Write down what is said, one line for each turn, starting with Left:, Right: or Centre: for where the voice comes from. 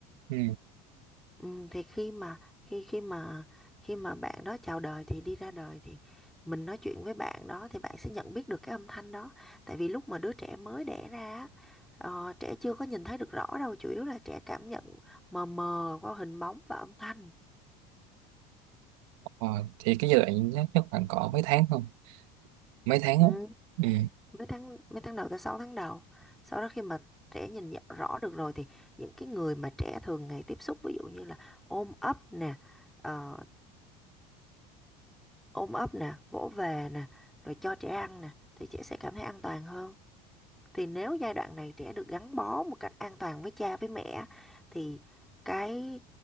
Right: ừ.
Centre: Ừ, thì khi mà khi khi mà khi mà bạn đó chào đời thì đi ra đời thì mình nói chuyện với bạn đó thì bạn sẽ nhận biết được cái âm thanh đó. Tại vì lúc mà đứa trẻ mới đẻ ra á, ờ, trẻ chưa có nhìn thấy được rõ đâu, chủ yếu là trẻ cảm nhận mờ mờ qua hình bóng và âm thanh.
Right: Ờ, thì cái giai đoạn nhất chắc khoảng cỡ mấy tháng không mấy tháng
Centre: Ừ.
Right: á ừ.
Centre: mấy tháng mấy tháng đầu tới sáu tháng đầu sau đó khi mà trẻ nhìn nhận rõ được rồi thì những cái người mà trẻ thường ngày tiếp xúc ví dụ như là ôm ấp nè ờ, ôm ấp nè vỗ về nè rồi cho trẻ ăn nè thì trẻ sẽ cảm thấy an toàn hơn thì nếu giai đoạn này trẻ được gắn bó một cách an toàn với cha với mẹ thì cái